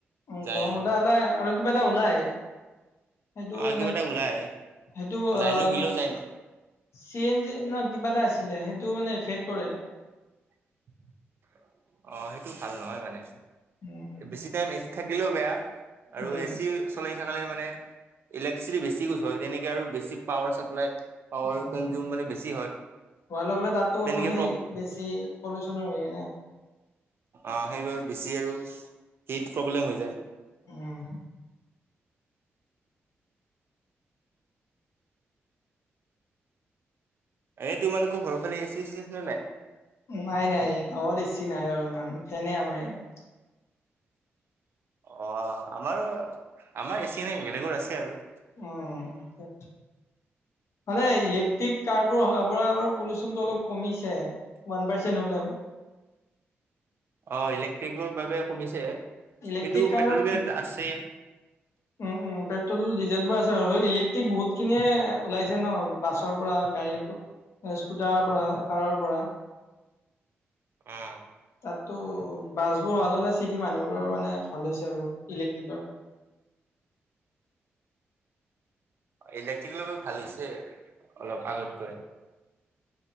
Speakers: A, on the left; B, on the right.
A: উ,
B: যায়
A: গৰমত ওলাই আৰু কিবা এটা ওলাই। সেইটো
B: অ',
A: মানে
B: কিবা এটা ওলাই
A: সেইটো
B: লাইনো
A: আহ
B: বিলো যায় ন
A: চি এন জ ন কিবা এটা আছিলে সেইটো মানে এফেক্ট কৰে।
B: হয়। অ' সেইটো ভাল নহয় মানে
A: উম
B: বেছি টাইম এচিত থাকিলেও বেয়া আৰু
A: উম
B: এ চি চলি থাকে মানে ইলেক্ট্ৰিচিটি বেছি গুজ হয় তেনেকে আৰু বেছি পাৱাৰ চাপ্লাই পাৱাৰ
A: উম
B: কনজিউম মানে বেছি হয়
A: হোৱাৰ লগে লগে তাতো
B: তেনেকে
A: আকৌ সেই বেছি পলিুচনৰ হয়ে নাই।
B: অ' সেইবাবে বেছি আৰু হীট প্ৰব্লেম হৈ যায়।
A: উম।
B: এ তোমালোকৰ ঘৰৰ এ চি থেচিছ আছে নে নাই?
A: নাই নাই গাঁৱত এচি নাই বাৰু ইমান ফেনে আমাৰ ইয়াত।
B: অ' আমাৰো আমাৰ এচি নাই বেলেগৰ আছে আৰু।
A: অ' মানে ইলেক্ট্ৰিক কাৰবোৰ অহাৰ পৰা আমাৰ পলিউচনটো অলপ কমিছে ওৱান পাৰ্চেণ্ট হলেও।
B: অ' ইলেক্ট্ৰিকৰ বাবে কমিছে কিন্তু
A: ইলেক্ট্ৰিক কাৰ
B: পেট্ৰল বিলাক আছেএ
A: উম, উম পেট্ৰল ডিজেলবোৰ আছে বাৰু ইলেক্ট্ৰিক বহুত খিনিয়ে ওলাইছে ন বাছৰ পৰা গাড়ীৰ পৰা। স্কুটাৰৰ পৰা কাৰৰ পৰা।
B: অ'।
A: তাতো বাছবোৰ অহাৰ লগে লগে চিটি মানুহবোৰৰ মানে ভাল হৈছে বোৰ ইলেক্ট্ৰিকৰ
B: ইলেক্ট্ৰিকৰ বাবে ভাল হৈছে অলপ আগতকৈ।